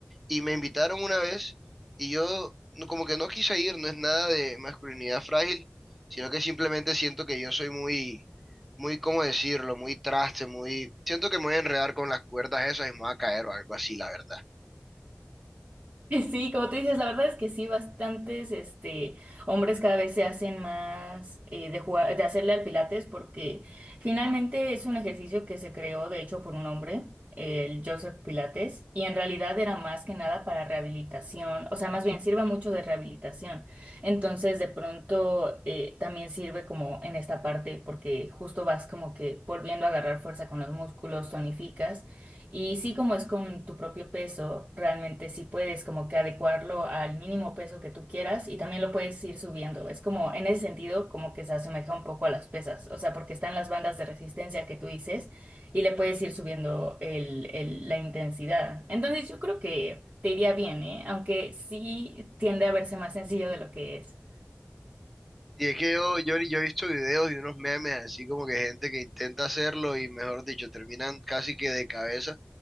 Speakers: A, in the centre; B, on the right.
A: Y me invitaron una vez y yo no- como que no quise ir, no es nada de masculinidad frágil, sino que simplemente siento que yo soy muy, muy, ¿cómo decirlo? Muy traste, muy... Siento que me voy a enredar con las cuerdas esas y me voy a caer o algo así, la verdad.
B: <laughs> Sí, como tú dices, la verdad es que sí, bastantes este, hombres cada vez se hacen más eh, de jugar, de hacerle al Pilates porque finalmente es un ejercicio que se creó, de hecho, por un hombre, el Joseph Pilates, y en realidad era más que nada para rehabilitación, o sea, más bien sirve mucho de rehabilitación. Entonces, de pronto eh, también sirve como en esta parte porque justo vas como que volviendo a agarrar fuerza con los músculos, tonificas. Y sí, como es con tu propio peso, realmente sí puedes como que adecuarlo al mínimo peso que tú quieras y también lo puedes ir subiendo. Es como en ese sentido como que se asemeja un poco a las pesas, o sea, porque están las bandas de resistencia que tú dices y le puedes ir subiendo el, el- la intensidad. Entonces yo creo que te iría bien, ¿eh? Aunque sí tiende a verse más sencillo de lo que es.
A: Y es que yo, yo, yo he visto videos y unos memes así como que gente que intenta hacerlo y mejor dicho, terminan casi que de cabeza